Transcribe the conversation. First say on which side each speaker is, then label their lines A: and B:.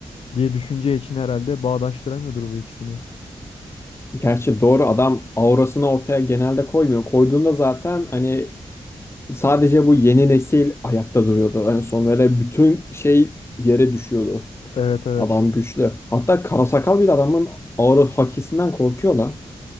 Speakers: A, on the left; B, on the left.
A: diye düşünce için herhalde bağdaştıramıyordur bu ikisini.
B: Gerçi doğru adam aurasını ortaya genelde koymuyor. Koyduğunda zaten hani sadece bu yeni nesil ayakta duruyordu. En son böyle bütün şey yere düşüyordu.
A: Evet evet.
B: Adam güçlü. Hatta karasakal bile adamın aura hakisinden korkuyor lan.